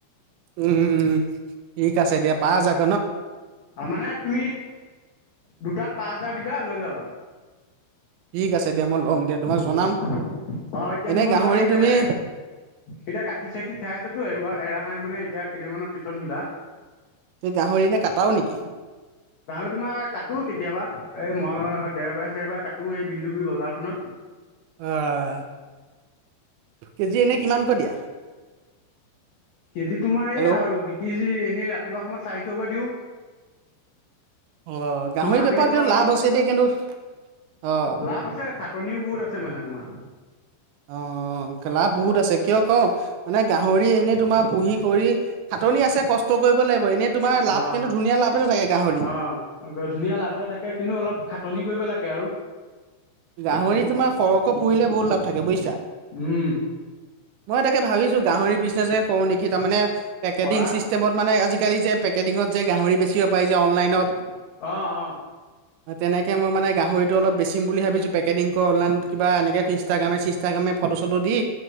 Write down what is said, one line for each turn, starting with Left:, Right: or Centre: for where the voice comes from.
Right: উম ঠিক আছে দিয়া পা যাক
Left: মানে তুমি দুটাত পাঁচ হাজাৰ দিবা লৈ যাবা
Right: ঠিক আছ দিয়া মই ল'ম দিয়া তোমাক জনাম
Left: উম অ এতিয়া
Right: এনে
Left: নিব
Right: গাহৰি
Left: নালাগে এতিয়া
Right: তুমি
Left: এতিয়া গাখীৰ চাখিৰ খাই আছেতো এৰোৱা এৰা নাই মানে এতিয়া কেইদিনমানৰ পিছত নিবা
Right: তুমি গাহৰি এনে কাটাও নেকি
Left: গাহৰি তোমাৰ কটো কেতিয়াবা এই মই দেওবাৰে চেওবাৰ কাটো এই বিন্দুগুৰি বজাৰখনত
Right: অ' কেজি এনে কিমানকৈ দিয়া?
Left: কেজি তোমাৰ
Right: হেল্ল'
Left: এই আৰু বিকি এনেই ৰাতিপুৱা সময়ত চাৰিশকৈ দিওঁ
Right: অ গাহৰি
Left: তোমাৰ আবেলি
Right: বেপাৰত
Left: সময়ত
Right: কিন্তু
Left: অলপ
Right: লাভ আছে দেই কিন্তু অ
Left: লাভ আছে খাটনিও বহুত আছে মানে তোমাৰ।
Right: অ' অ' অ লাভ বহুত আছে কিয় কওঁ মানে গাহৰি এনেই তোমাৰ পুহি কৰি খাটনি আছে কষ্ কৰিব লাগিব। এনেই তোমাৰ লাভ
Left: অ'
Right: কিন্তু ধুনীয়া লাভ এটা থাকে গাহৰি
Left: অ' ধুনীয়া লাভতে থাকে কিন্তু অলপ খাটনি কৰিব লাগে সেয়াৰো
Right: গাহৰি তোমাৰ সৰহকৈ পুহিলে বহুত লাভ থাকে বুইছা
Left: উম
Right: মই তাকে ভাবিছো গাহৰি বিজনেচ কৰো নেকি তাৰমানে। পেকেটিং
Left: কৰা
Right: ছিষ্টেমত মানে আজিকালি যে পেকেটিঙত যে গাহৰি বেচিব পাৰি যে অনলাইনত
Left: আহ অ'
Right: তেনেকে মই মানে গাহৰিটো অলপ বেছিম বুলি ভাবিো পেকেডিং কৰে অনলাইনত কা এনেৈ ইনষ্টাগ্ৰামে চিনষ্টাগ্ৰামে ফটো চটো দি